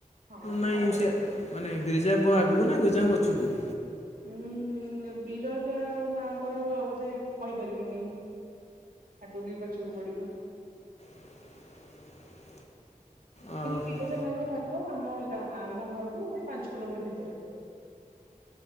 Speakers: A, on the right; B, on the left.
A: ହଁ
B: ନାଇଁ
A: ପାଖରେ
B: ସେ ମାନେ ବିିରିଜାଙ୍କ ଆଗକୁ ନା ବିରିଜାଙ୍କ ପଛକୁ।
A: ଉଁ ହୁଁ ବିରଜା ମାଙ୍କର ବୋଧେ କହିପାରିବିନି। ଆଗ କି ପଛକୁ ପଡିବ।
B: <unintelligible> ଓହୋ
A: କିୁ ବିରଜା ମାଙ୍କ ଠାକୁର ଆମ ଗାଁ ଆମ ଘରଠୁ ପାଞ୍ଚ କିଲୋମିଟର ଭିତରେ।